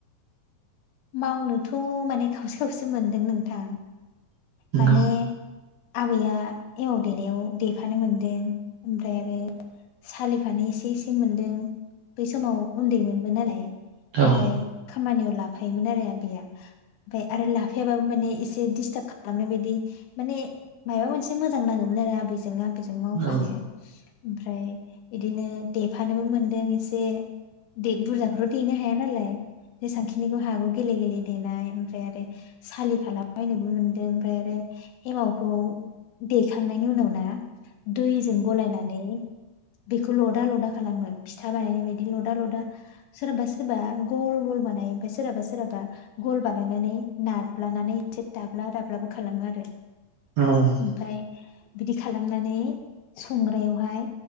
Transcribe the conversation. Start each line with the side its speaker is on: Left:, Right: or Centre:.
Left: मावनोथ' माने खावसे- खावसे मोनदों नोंथां माने
Right: औ
Left: आबैया एमाव देनायाव देफानो मोनदों ओमफ्राय आरो सालिफानो एसे - एसे मोनदों बै समाव उन्दैमोन <unintelligible> ओमफ्राय
Right: औ
Left: खामानियाव ला हायमोनना आरो आबैया ओमफ्राय आरो लाफायाबाबो माने एसे दिस्टाब खालामनाय बायदि माने माबा मोनसे मोजां नाङोमोन आरो आबैजों आ बेजों मावफानो
Right: औ
Left: ओमफ्राय बिदिनो देफानोबो मोनदों एसे दे बुरजाखौथ' देनो हाया नालाय जेसांखि बिनिखौ हाखौ गेले- गेले देनाय ओमफ्राय आरो सालिफालाबायनोबो मोनदों ओमफ्राय आरो एमावखौ देखांनायनि उनाव ना दैजों गलायनानै बेखौ लदा - लदा खालामो फिथा बानायनाय बायदि लदा लदा सोरबा सोरबा गल - गल बानायो ओमफ्राय सोराबा सोराबा गल बानायनानै नाब्लानानै एसे दाब्ला दाब्लाबो खालामो आरो
Right: औ
Left: ओमफाय बिदि खालामनानै संग्रायावहाय